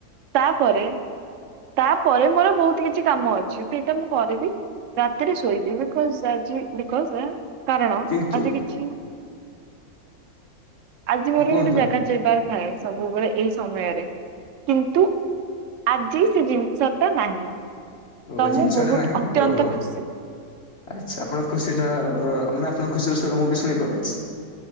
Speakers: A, on the right; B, on the left.
A: ତାପରେ, ତାପରେ, ମୋର ବହୁତ କିଛି କାମ ଅଛି, ସେଇଟା ମୁଁ କରିବି। ରାତିରେ ଶୋଇଦି ବିକଜ ଆଜି ବିକଜ କାରଣ
B: କିନ୍ତୁ
A: ଆଜି କିଛି ଆଜି ମୋର
B: କୁହନ୍ତୁ
A: ଗୋଟେ ଜାଗା ଯିବାର ଥାଏ, ସବୁବେଳେ ଏଇ ସମୟରେ କିନ୍ତୁ ଆଜି ସେ ଜିନିଷ ଟା ନାହିଁ।
B: ଓ
A: ତ
B: ଜିନିଷଡେ
A: ମୁଁ ବହୁତ
B: ନାହିଁ
A: ଅତ୍ୟନ୍ତ
B: ଓହୋ
A: ଖୁସି
B: ଆଚ୍ଛା ଆପଣ ଖୁସି ଟାର ମାନେ ଆପଣଙ୍କ ଖୁସିର ସ୍ଵର ମୁଁ ବି ଶୁଣିପାରୁଛି।